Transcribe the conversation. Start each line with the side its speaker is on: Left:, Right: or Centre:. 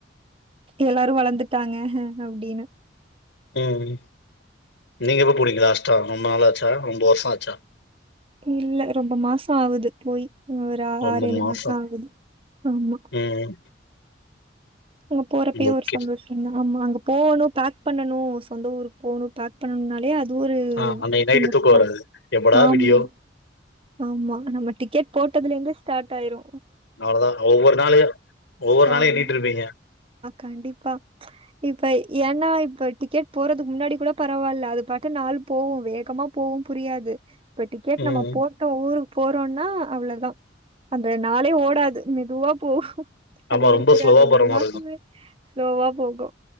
Right: எல்லாரு வளந்துட்டாங்க அப்பிடின்னு
Left: ம் நீங்க எப்போ போனிங்க லாஸ்ட்டா ரொம்ப நாள ஆச்சா ரொம்ப வருஷோ ஆச்சா
Right: இல்ல ரொம்ப மாசோ ஆகுது போய் ஒரு
Left: ரொம்ப
Right: ஆறு ஏழு
Left: மாசம்.
Right: மாசோ ஆகுது ஆமா
Left: ம்.
Right: அங்க போறப்பயு
Left: ஓகே.
Right: ஒரு சந்தோஷ தா ஆமா அங்க போணுபேக் பண்ணணு சொந்த ஊருக்கு போணு பேக் பண்ணுனாலே அது து ஒரு
Left: ஆ அன்னைக்கு
Right: ஹாப்பிமஸ்தா
Left: நைட்டு தூக்கம் வராது. எப்படா
Right: ஆமா
Left: விடியும்
Right: ஆமா நம்ம டிக்கெட் போட்டதுலருந்து ஸ்டார்ட் ஆயிரு
Left: நவளதா ஒவ்வொரு நாளையு ஒவ்வொரு
Right: ஆமா
Left: நாளையு என்னிட்டுருப்பீங்க
Right: கண்டிப்பா இப்ப ஏன்னா இப்ப டிக்கெட் போறதுக்கு முன்னாடி கூட பரவாயில்ல அது பாட்டு நால் போவோ வேகமாபோவு புரியாது இப்ப டிக்கெட்
Left: ம்.
Right: நம்ம ஊருக்கு போறோன்னா அவ்ளோதா அந்த நாளே ஓடாது மெதுவா போ
Left: ஆமா
Right: அந்து இருக்கிற
Left: ரொம்ப ஸ்லோவா
Right: அந்த
Left: போற
Right: ஒரு
Left: மாரி
Right: மாசமே
Left: இருக்கும்.
Right: ஸ்லோவா போகு